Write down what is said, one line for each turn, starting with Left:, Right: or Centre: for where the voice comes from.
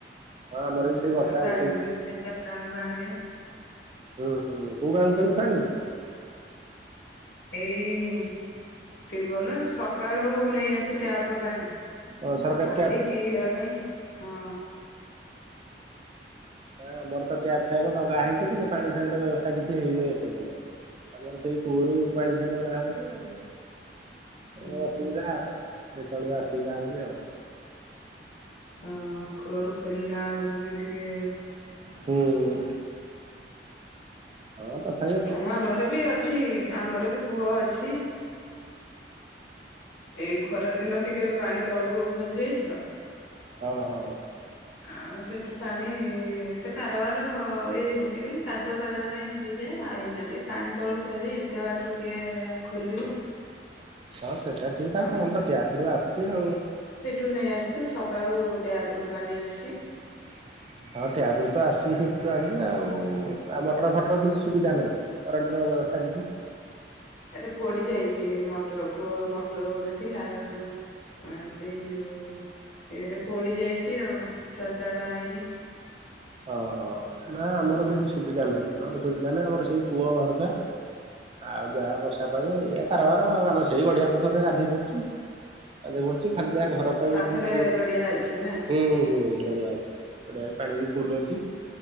Right: ଆମର
Left: ହଁ
Right: ବି ସେଇ ବର୍ଷା
Left: ଆଉ ପାଣି
Right: ଉଠେଇଛି।
Left: ଫାଣି ଦିଟା ଚାରିଟା ବେଳକୁ ଆଣିିବା।
Right: ଉଁ ହୁଁ କୋଉଠୁ ଆଣୁଛନ୍ତି ପାଣି।
Left: ଏଇ ଟିୱଲ ସକାଳୁ ନେଇ ଆସେ ଟ୍ୟାପ ପାଣି।
Right: ଓ ସରକାର
Left: ଆଉ
Right: ଟ୍ୟାପ।
Left: ଏଇ ପିଇବା ପାଇଁ ହଁ।
Right: ହଁ ଆମର ତ ଟ୍ୟାପ ଫ୍ୟାବ ଲଗା ହେଇଚି କିନ୍ତୁ ପାଣି ଫାଣିର ବ୍ୟବସ୍ଥା କିଛି ହେଇନି ଏପର୍ଯ୍ୟନ୍ତ। ଆମର ସେଇ କୂଅରୁ ପାଣି ଫାଣି ଅଣା ହଉଚି ଆଉ।
Left: ହୁଁ
Right: ଏ ଅସୁବିଧା
Left: ହୁଁ
Right: ଆଉ ଟକିଏ ଚଳିବା ଅସୁବିଧା ହଉଚି ଆଉ।
Left: ହଁ କୁଅରୁ ଖୋଲିଲା ବେଳକୁ ବି ଟିକେ
Right: ହୁଁ। ହଁ ତ।
Left: ହଁ ଆମର ବି ଅଛି ଆମର ବି କୂଅ ଅଛି। ଏଇ ଖରା ଦିନ ଟିକେ ପାଣି ତଳକୁ ଖସି ଯାଇଛି
Right: ହଁ ହଁ
Left: ଆଉ ସେଠୁ ପାଣି ଏତେ କାରବାର ଇ ହେଠି କଲି ଖାଦୁଆ ପାଦଆ ପାଇଁ ହେଇଯାଏ ଆଉ ଏଇନା କେ ପାଣି ତଳକୁ ପଯାଏ ଏତେ ବାଟରୁ କିଏ ଖୋଲିବ
Right: ହଁ ସେଟା ଠିକ ଥାକ
Left: ଆମ
Right: ତାଲେ ତ ଟ୍ୟାପରୁ ଆସୁଛି ଆଉ
Left: ୁ ନେଇ ଆସୁଚୁ ସକାଳୁ ଟ୍ୟାପ ରୁ ପାଣି ଆସୁଛି
Right: ହ ହଁ ଟ୍ୟାବ ର ତ ଆସୁଛି ସେଠୁ ଆଣିବେ ଆଉ ଆଉ ମଟର ଫଟର କିଛି ସୁବିଧା ନାହିଁ କଣ୍ଟ ର ବ୍ୟବସ୍ଥା କିଛି
Left: ଏତେ ପୋଡି ଯାଇଛି ମଟର କୁହ ମଟର ଗୋଟେ ଥିଲା ତାକୁ ଆ ସେଇ ଯୋଉ ଏରେ ପଡି ଯାଇଛି ଆଉ ସଜା ଟା ହେଇନି
Right: ଓଁ ହଁ ନା ଆମର କିଛି ସୁବିଧା ନାହିଁ ଆମର ସୁବିଧା ନାହିଁ ଆମର ସେଇ କୂଅ ଭରସା ଆଉ ଯାହା ବର୍ଷା ପାଣି ଏଇ କାରବାର ଆଉ ଆମେ ସେଇ ଗଡିଆ ପୋଖରୀରେ ଗାଧୋଇ ପଡଛୁ ଆ ପଢୁଚ ଖାଲି
Left: ହୁଁ
Right: ଯାହା ଘର ପାଇଁ
Left: ପାଖରେ
Right: ଠୁକୁର
Left: ଗଡିଆ ଅଛି ନା
Right: ହୁଁ ହୁଁ ନଡିଆ ଅଛି ଓଡିଆରେ ପାଣି ବି ଫୁଲ ଅଛି